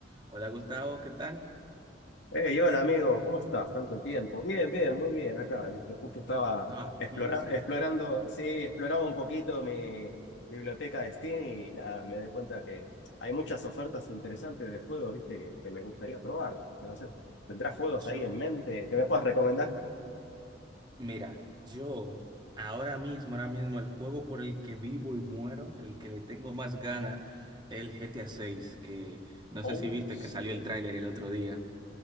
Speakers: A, on the right; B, on the left.
A: Hola Gustavo, ¿qué tal?
B: Hey, hola amigo, ¿cómo estás? Tanto tiempo. Bien, bien, muy bien acá. viste, Justo estaba
A: No, aquí
B: explora-
A: sí.
B: explorando, sí, exploraba un poquito mi biblioteca de Steam y nada, me doy cuenta que hay muchas ofertas interesantes de juegos, ¿viste? Que, que me gustaría probar. porque no sé, ¿tendrás juegos
A: Yo,
B: ahí en mente que me puedas recomendar?
A: mira, yo ahora mismo, ahora mismo el juego por el que vivo y muero, el que le tengo más ganas, el GTA 6, que no
B: Oh,
A: sé si viste
B: sí.
A: que salió el tráiler el otro día.